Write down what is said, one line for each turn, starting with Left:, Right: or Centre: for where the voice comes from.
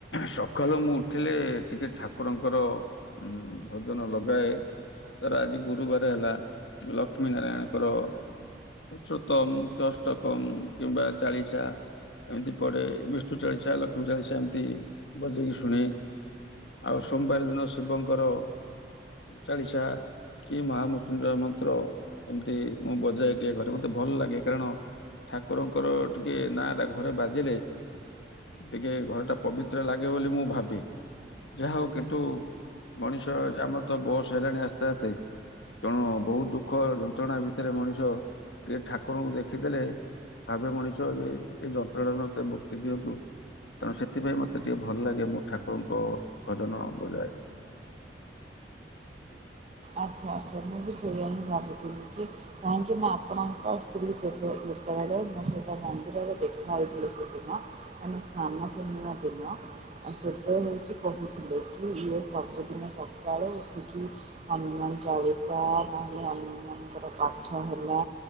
Left: ସକାଳୁ ମୁଁ ଉଠିଲେ ଟିକେ ଠାକୁରଙ୍କର ଉଁ ଭୋଜନ ଲଗାଏ। ତାର ଆଜି ଗୁରୁବାର ହେଲା ଲକ୍ଷ୍ମୀ ନାରାୟଣଙ୍କର ସୁତମ କି ଅଷ୍ଟକମ କିମ୍ବା ଚାଳିଶା ଏମିତି ପଡେ ବି ଚୁ ଚାଳିଚା ଲକ୍ଷ୍ମୀ ଚାଳିଚା ଏମିତି ବଜେଇକି ଶୁଣେ। ଆଉ ସୋମବାର ଦିନ ଶିବଙ୍କର ଚାଳିଶା କି ମହାମୃ ଞ୍ଜୟ ମନ୍ତ୍ର ଏମିତି ମୁଁ ବଜାଏ ଟିକେ ଘରେ ମତେ ଭଲ ଲାଗେ କାରଣ ଠାକୁରଙ୍କର ଟିକେ ନାଁ ଟା ଘରେ ବାଜିଲେ ଟିକେ ଘରଟା ପବିତ୍ର ଲାଗେ ବୋଲି ମୁଁ ଭାବେ। ଯାହା ହୋଉ କିନ୍ତୁ ମଣିଷ ଆମର ତ ବୟସ ହେଲାଣି ଆସ୍ତେ ଆସ୍ତେ। ତେଣୁ ବହୁତ ଦୁଃଖ ଯନ୍ତ୍ରଣା ଭିତରେ ମଣିଷ ଟିକେ ଠାକୁରଙ୍କୁ ଦେଖିଦେଲେ ଭାବେ ମଣିଷ ଏ ଏ ଯନ୍ତ୍ରଣାରୁ ମତେ ମୁ କ୍ତି ଦିଅନ୍ତୁ ତେଣୁ ସେଥିପାଇଁ ମତେ ଟିକେ ଭଲ ଲାଗେ। ମୁଁ ଠାକୁରଙ୍କ ଭଜନ ବଜାଏ।
Right: ଆଚ୍ଛା ଆଚ୍ଛା ମୁଁ ବି ସେଇୟା ହିଁ ଭାବୁଥିଲି କି କାହିଁକି ନା ଆପଣଙ୍କ ସ୍ତ୍ରୀ ଯେବେ ଯେତବେଳେ ମୁଁ ସହିତ ମନ୍ଦିରରେ ଦେଖା ହେଇଥଲେ ସେଦିନ। ମାନେ ସ୍ନାନ ପୂର୍ଣ୍ଣିମା ଦିନ ଆ ସେତେବେଳେ ହୋଉଚି ବୋହୁତ ଥିଲେ କି ଇଏ ସବୁଦିନ ସକାଳୁ ଉଠିକି ହନୁମାନ ଚାଳୁଶା ନହେଲେ ହନୁ ମାନଙ୍କର ପାଠ ହେଲା